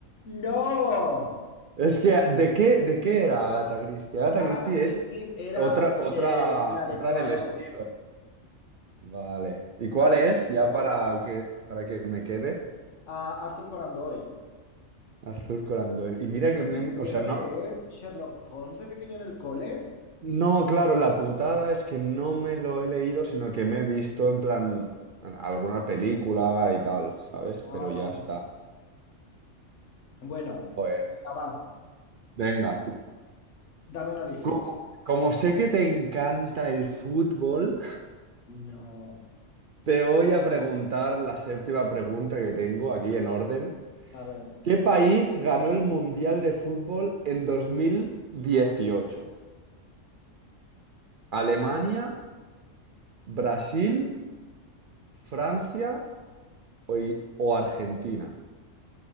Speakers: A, on the left; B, on the right.
A: ¡No!
B: Es que, ¿de qué, de qué era Agatha Christie? Agatha
A: Agatha
B: Christie
A: Christie
B: es
A: era
B: otra,
A: eh,
B: otra,
A: la de
B: otra
A: Poirot.
B: del estilo. Vale. ¿Y cuál
A: Agatha
B: es?
A: Christie
B: Ya
A: era Poirot.
B: para que, para que me quede.
A: A Arthur Conan Doyle.
B: Azul Conan Doyle. Y mira
A: ¿No
B: que me...
A: te hicieron
B: O sea, no...
A: leer Sherlock Holmes de pequeño en el cole?
B: No, claro, la putada es que no me lo he leído, sino que me he visto en plan en alguna película y tal, ¿sabes?
A: Ah.
B: Pero ya está.
A: Bueno,
B: Joder.
A: ya va.
B: Venga.
A: Dame una difícil.
B: Co- Como sé que te encanta el fútbol...
A: No.
B: Te voy a preguntar la séptima pregunta que tengo aquí en orden.
A: A ver,
B: ¿Qué país ganó el Mundial de Fútbol en 2018? ¿Alemania, Brasil, Francia o, I- o Argentina?